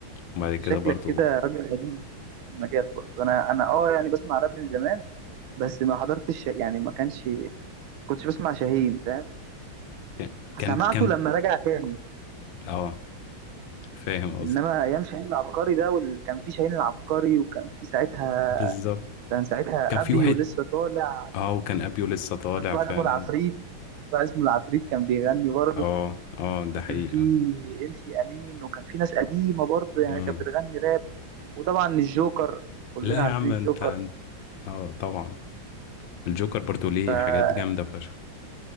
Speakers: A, on the left; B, on the right.
A: وبعد
B: انت
A: كده
B: شكلك
A: برضو
B: كده راجل قديم في المجال برضه انا انا اه يعني بسمع راب من زمان بس ما حضرتش يعني ما كانش كنتش بسمع شاهين فاهم
A: كان كان
B: سمعته
A: كان-
B: لما رجع تاني
A: اه فاهم قصدك
B: انما ايام شاهين العبقري ده واللي كان فيه شاهين العبقري وكان فيه ساعتها
A: بالظبط
B: كان ساعتها
A: كان في
B: ابي
A: واحد
B: ولسه طالع
A: اه وكان ابيو لسه طالع
B: وكان في واحد
A: فعلا
B: اسمه العفريت في واحد اسمه العفريت كان بيغني برضه
A: اه اه ده
B: وكان
A: حقيقة
B: في ام سي امين وكان في ناس قديمه برضه يعني
A: مم.
B: كانت بتغني راب وطبعا الجوكر كلنا
A: لا
B: عارفين
A: يا عم
B: الجوكر
A: انت انت اه طبعا الجوكر برضو ليه
B: فده
A: حاجات جامدة فشخ